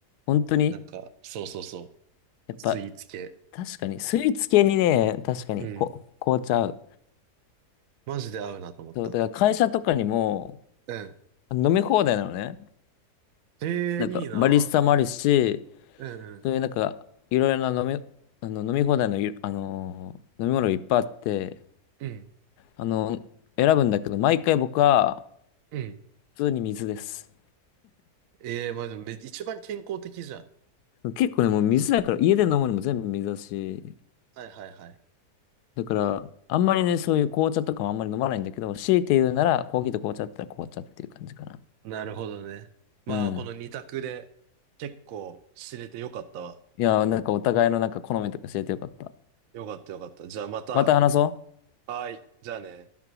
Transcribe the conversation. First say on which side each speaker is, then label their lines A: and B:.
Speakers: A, on the left (about 80°); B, on the right (about 65°).
A: 本当に
B: なんか、そうそうそう、
A: やっぱ、
B: スイーツ系。
A: 確かに、スイーツ系にね、確かにこ、
B: うん。
A: 紅茶合う。
B: マジで合うなと思った。
A: そう、だから会社とかにも
B: うん。
A: 飲み放題なのね。
B: ええいいな。
A: なんか、バリスタもあるし、
B: うんうん。
A: そういうなんか、いろいろな飲み、あの、飲み放題のゆ、あのー飲み物がいっぱいあって、
B: うん。
A: あの、選ぶんだけど、毎回僕は、
B: うん。
A: 普通に水です。
B: ええまあでもめ一番健康的じゃん。
A: 結構ね、もう水だから、家で飲むのも全部水だし、
B: はいはいはい。
A: だから、あんまりね、そういう紅茶とかもあんまり飲まないんだけど、強いて言うなら、コーヒーと紅茶だったら紅茶っていう感じかな。
B: なるほどね。まあ、
A: うん。
B: この二択で結構知れてよかったわ。
A: いやー、なんかお互いのなんか好みとか教えてよかった。
B: よかったよかった。じゃあまた、
A: また話そう。
B: はい。じゃあね。